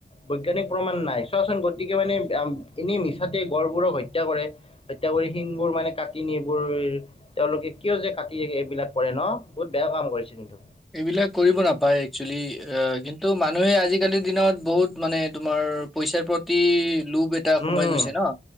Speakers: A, on the left (about 30°); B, in the centre.
A: বৈজ্ঞানিক প্ৰমাণ নাই চোৱাচোন গতিকে মানে এনেই মিছাতে গড়বোৰক হত্যা কৰে হত্যা কৰি শিংবোৰ মানে কাটি নি এইবোৰ তেওঁলোকে কিয় যে কাটি এইবিলাক কৰে ন বহুত বেয়া এ কাম কৰিছে কিন্তু
B: এইবিলাক কৰিব নাপায় একচোৱেলি কিন্তু মানুহে আজিকালিৰ দিনত বহুত মানে তোমাৰ ৰ পইচাৰ প্ৰতি লোভ এটা সোমাই
A: উম উম
B: গৈছে ন